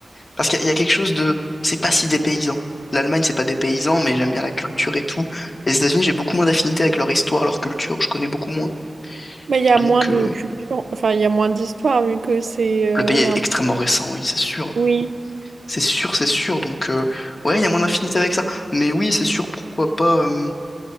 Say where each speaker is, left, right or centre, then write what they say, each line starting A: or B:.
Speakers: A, on the left; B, on the right.
A: Parce qu'il y, a il y a quelque chose de. C'est pas si dépaysant. L'Allemagne, c'est pas dépaysant, mais j'aime bien la culture et tout. Les États-Unis, j'ai beaucoup moins d'affinité avec leur histoire, leur culture. Je connais beaucoup moins.
B: Mais il y a
A: Donc,
B: moins de
A: euh,
B: culture, enfin, il y a moins d'histoire vu que c'est... euh,
A: le pays est
B: un-
A: extrêmement récent, oui, c'est sûr.
B: Oui.
A: C'est sûr, c'est sûr. Donc, euh, ouais, il y a moins d'affinité avec ça. Mais oui, c'est sûr, pourquoi pas. euh,